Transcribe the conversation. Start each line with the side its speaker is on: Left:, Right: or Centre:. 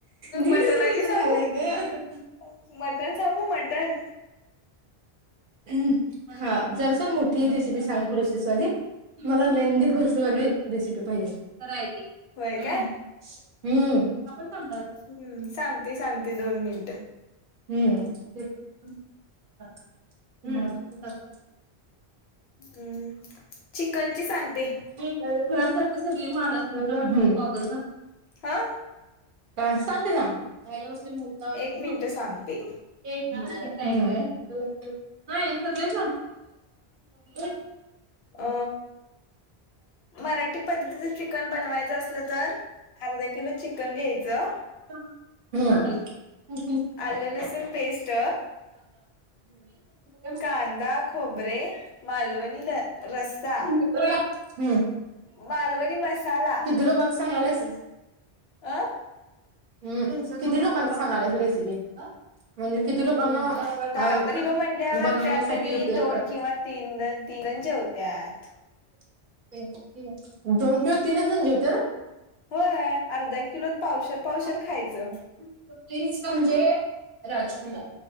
Right: दीडच
Left: मटणाची
Right: मिनट
Left: सांगू
Right: झालाय ग.
Left: का? मटण सांगू मटण
Right: हम्म हा जरस मोठी रेसिपी सांग प्रोसेसवाली. मला लेन्दी प्रोसेवाली रेसिपी पाहिजे. खरंय ती.
Left: होय
Right: <unintelligible>
Left: काय
Right: हम्म आपण <unintelligible>
Left: हम्म सांगते सांगते दोन मिनिटं.
Right: हम्म हम्म <unintelligible>
Left: हम्म चिकनची सांगते.
Right: <unintelligible> हम्म.
Left: हा?
Right: का सांगते सांग <unintelligible>
Left: एक मिनिट सांगते
Right: <unintelligible> नाही सगळे <unintelligible> <unintelligible>
Left: अ मराठी पद्धतीचं चिकन बनवायचं असलं तर अर्धा किलो चिकन घ्यायचं.
Right: हम्म. <unintelligible>
Left: आले लसूण पेस्ट
Right: हम्म.
Left: कांदा, खोबरे मालवणी ल रस्सा.
Right: <unintelligible> हम्म
Left: मालवणी मसाला
Right: किती लोकांचं सांगायल्यास?
Left: आं?
Right: हम्म किती लोकांचं सांगाल्यास रेसिपी? म्हणजे किती लोकांना
Left: हम्म तर
Right: अ
Left: अर्धा किलो म्हणल्यावर
Right: बनवण्यासाठी
Left: त्यात कणी
Right: उपयोगी
Left: दोन
Right: पडते?
Left: किंवा तीन तीन जण जेवत्यात
Right: <unintelligible> दोन किंवा तीनचं जण जेवते ना?
Left: होय अर्धा किलोत पावशर पावशर
Right: <unintelligible>
Left: खायचं
Right: म्हणजे राजकुमार